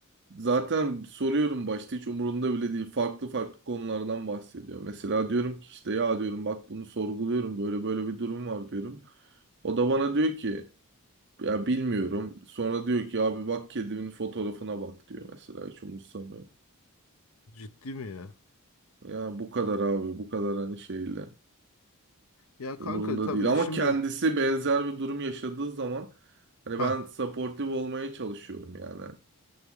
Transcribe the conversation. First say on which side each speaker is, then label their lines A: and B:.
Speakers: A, on the right (about 55°); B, on the left (about 70°).
A: Zaten soruyorum başta hiç umurunda bile değil. Farklı farklı konulardan bahsediyor. Mesela diyorum ki işte ya diyorum bak bunu sorguluyorum böyle böyle bir durum var diyorum. O da bana diyor ki ya bilmiyorum. Sonra diyor ki abi bak kedimin fotoğrafına bak diyor mesela hiç umursamıyor.
B: ciddi mi ya?
A: Ya bu kadar abi bu kadar hani şeyle
B: Ya kanka
A: umurunda
B: tabii
A: değil. Ama
B: şimdi
A: kendisi benzer bir durum yaşadığı zaman hani
B: ha
A: ben supportive olmaya çalışıyorum yani.